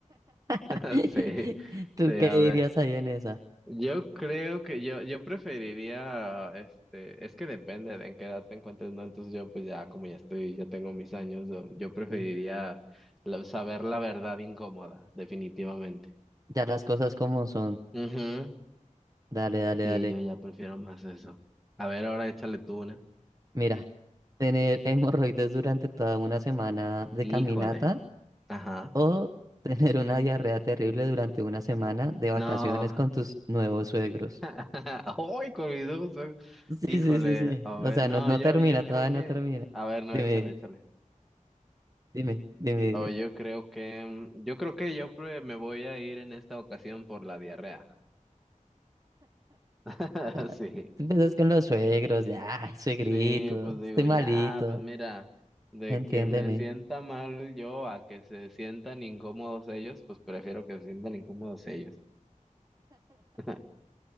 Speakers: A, in the centre; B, on the right.
A: <laughs>
B: <laughs>
A: Sí,
B: ¿Tú
A: sí,
B: qué
A: a
B: dirías
A: ver.
B: ahí en esa?
A: Yo creo que yo, yo preferiría, este, es que depende de en qué edad te encuentres, ¿no? Entonces yo pues ya como ya estoy, ya tengo mis años, yo, yo preferiría
B: Sí.
A: la- saber la verdad incómoda, definitivamente.
B: Ya las cosas como son.
A: Ujú.
B: Dale, dale,
A: Sí,
B: dale.
A: yo ya prefiero más eso. A ver, ahora échale tú una.
B: Mira, tener <laughs> hemorroides durante toda una semana de
A: Híjole.
B: caminata
A: Ajá.
B: o <laughs> tener una diarrea terrible durante una semana de vacaciones
A: No.
B: con tus nuevos suegros.
A: <laughs> Ay, con mis ojos. son-
B: Sí,
A: Híjole.
B: sí, sí, sí.
A: A ver,
B: O sea,
A: no,
B: no, no
A: yo,
B: termina,
A: yo creo
B: todavía
A: que.
B: no termina.
A: A ver, no,
B: Dime,
A: échale, échale.
B: dime, dime,
A: Oh,
B: dime.
A: yo creo que, mm, yo creo que yo pre- me voy a ir en esta ocasión por la diarrea. <laughs>
B: Ah,
A: Sí,
B: tú empiezas con los suegros, ya, ay, suegrito,
A: sí, pues digo,
B: estoy malito,
A: ya, pues mira, de
B: entiéndeme.
A: que me sienta mal yo a que se sientan incómodos ellos, pues prefiero que se sientan incómodos ellos. <laughs>